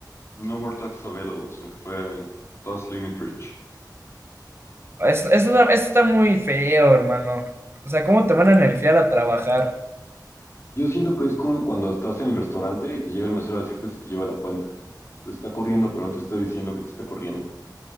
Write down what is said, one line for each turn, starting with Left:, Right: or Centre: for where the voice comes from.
Left: No More Tax Available, sino que fue Task Limit Reach.
Right: Es- Esto, da- esto está muy feo, hermano. O sea, ¿cómo te van a nerfear a trabajar?
Left: Yo siento que es como cuando estás en el restaurante y te llega el mesero a decirte si te lleva la cuenta. Te está corriendo, pero no te está diciendo que te está corriendo.